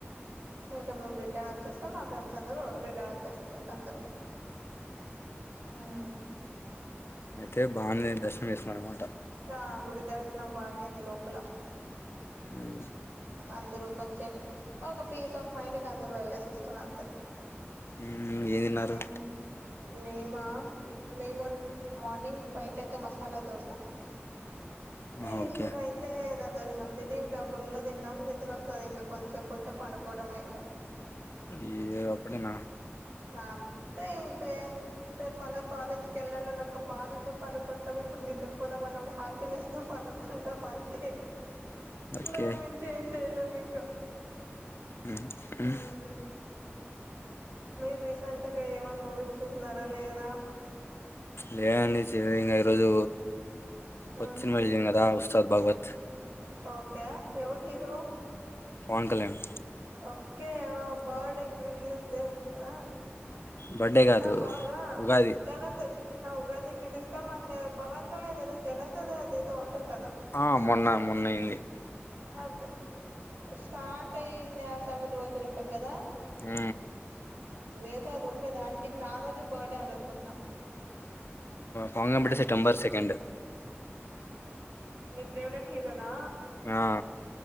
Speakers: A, on the right; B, on the left.
A: ఇంకా మేము రిటర్న్ ఒచ్చేస్తాం మా ఫ్రెండ్స్ అందరు రిటర్న్ ఒచ్చేస్తరంట ఇంక అందరు ఊమ్
B: అయితే బానే దర్శనం జేసుకున్నారనమాట
A: ఆ గుడి దర్శనం బాగైంది లోపల
B: ఊమ్
A: అందరు కొంచసేప్ ఒక పీస్ ఆఫ్ మైండ్ కి అందరు వెళ్లేేసి ఒస్తాం అంతే
B: ఊమ్ ఏ తిన్నారు
A: మ్మ్ మేమా మేము మార్నింగ్ బయట అయితే మసాలా దోస
B: ఆహా
A: ఈ
B: ఓకే
A: ఇప్పుడు అయితే దద్దోజనం తిని ఇంకా ఫుల్ తిన్నాం నిద్ర ఒస్తది ఇంగ కొంసేపు ఉంటే పండుకోవడమే ఇంగ
B: ఇగ అప్పుడేనా
A: అ అంతే ఇంకేం రేపు మళ్ళా కాలేజీ కెళ్ళాలనే ఒక బాధతో పనుకుంటాం ఇప్పుడ్ నిద్రపోదామన్న ఒక హ్యాపీనెస్ తో పనుకుంటాం అంతే
B: ఓకే
A: దాని మించి ఏం చెయలేం ఇంకా
B: మ్మ్
A: ఉమ్ మీరు రీసెంట్గా ఏమన్నా మూవీస్ చూసినారా లేదా
B: లేదండి చి ఇంకా ఈరోజు కొత్తిన
A: ఉమ్
B: మళ్దింగ్ అదా ఉస్తసాద్ భాగవత్
A: ఓకే ఎవడు హీరు
B: పవన్ కళ్యాణ్
A: ఓకే ఆ బర్డేకి రిలీజ్ చేస్తా
B: బర్త్డే కాదు
A: ఆ పోవాలా
B: ఉగాది
A: చాలా సేపు ఆ ఉగాదికి రిలీజ్ కని మన్ పవన్ కళ్యాణ్ ఏదో జనసద అద ఏదో ఉండంట
B: ఆ మొన్న మొన్న ఇల్లి
A: అదే స్టార్ట్ అయింది అసెంబర్ రోజు ఉంటా కదా
B: ఆ
A: ఏదో అది ఉండే దానికి నే ఆ రోజే బర్డే అనుకున్నా
B: పాంగ
A: మ్మ్
B: పెటి సెప్టెంబర్ సెకండ్
A: ఫెవరెట్ హీరోనా
B: ఆ